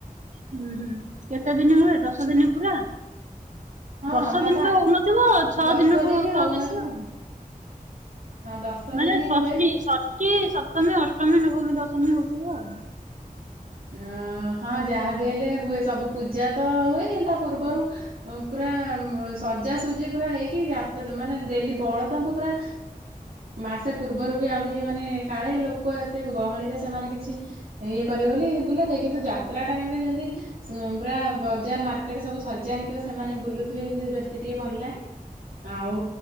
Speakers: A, on the right; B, on the right.
A: ହୁଁ ହୁଁ କେତେ ଦିନ ହୁଏ ଦଶ ଦିନ ପୁରା?
B: ହଁ
A: ଦଶ
B: ସାତ
A: ଦିନତ
B: ଆଠ
A: ହଉନଥିବ ଛଅ
B: ଦଶ
A: ଦିନଠୁ
B: ଦିନ
A: ହଉଥିବ
B: ହଉନଥିବ
A: ବେଶୀ ଆଉ।
B: ହଁ ଦଶ
A: ମାନେ
B: ଦିନ
A: ଷଷ୍ଠୀ
B: ହୁଏନି
A: ଷଷ୍ଠୀ ସପ୍ତମୀ ଅଷ୍ଟମୀ ନବମୀ ଦଶମୀ ହଉଥିବ ଆଉ।
B: ଅ ହଁ ଯାହାବି ହେଲେ ହୁଏ ସବୁ ପୂଜା ତ ହୁଏ କିନ୍ତୁ, ତା ପୂର୍ବରୁ ପୁରା ସଜାସଜି ପୁରା ହେଇକି ମାନେ ଡେଲି ବଳଦଙ୍କୁ ପୁରା ମାସେ ପୂର୍ବରୁ ବି ଆଉ ଟିକେ ମାନେ କାଳେ ଲୋକ ଏତେ ଗହଳିରେ ସେମାନେ କିଛି ଇଏ କରିବେ ବୋଲି ବୁଲାଯାଏ କିନ୍ତୁ ଯାତ୍ରା ଟାଇମ ରେ ଯେମିତି ପୁରା ବଜାର ମାର୍କେଟ ସବୁ ସଜା ହେଇଥିବ ସେମାନେ ବୁଲୁଥିବେ ଯେମତି ବେଶୀ ଟିକେ ଭଲ ଲାଗେ। ଆଉ